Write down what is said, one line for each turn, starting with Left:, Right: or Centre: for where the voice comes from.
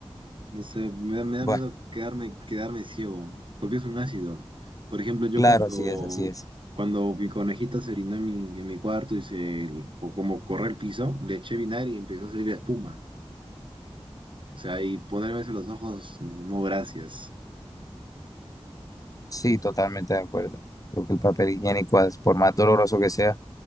Right: No sé, me da, me da
Left: bueno,
Right: miedo quedarme, quedarme ciego, porque es un ácido. Por ejemplo, yo
Left: claro,
Right: cuando,
Left: así es, así es.
Right: cuando mi conejita se orinó en mi, en mi cuarto y se, po- como corre el piso, le eché vinagre y empezó a salir espuma. O sea, y ponerme eso en los ojos, no gracias.
Left: Sí, totalmente de acuerdo. Creo que el papel higiénico, as- por más doloroso que sea,